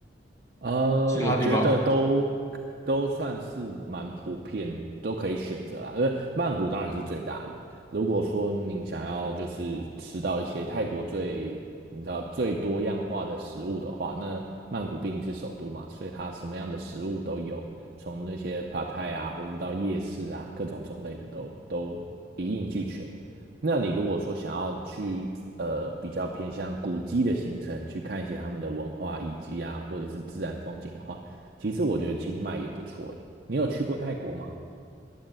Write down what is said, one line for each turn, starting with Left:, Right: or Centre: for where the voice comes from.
Right: 呃，
Left: 其他地方？
Right: 我觉得都都算是蛮普遍，都可以选择啦。因为曼谷当然是最大的。如果说您想要就是吃到一些泰国最你知道最多样化的食物的话，那曼谷毕竟是首都嘛，所以它什么样的食物都有，从那些 p a 啊，或是到夜市啊，各种种类的都都一应俱全。那你如果说想要去呃比较偏向古迹的行程，去看一些他们的文化遗迹啊，或者是自然风景的话，其实我觉得清迈也不错诶。你有去过泰国吗？